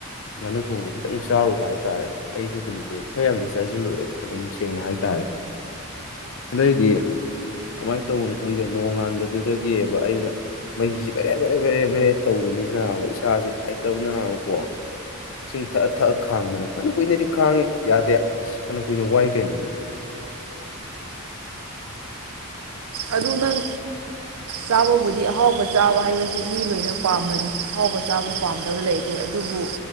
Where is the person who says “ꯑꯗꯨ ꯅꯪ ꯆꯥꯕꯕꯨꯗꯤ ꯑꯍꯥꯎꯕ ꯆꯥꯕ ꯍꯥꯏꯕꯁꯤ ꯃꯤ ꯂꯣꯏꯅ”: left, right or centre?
Right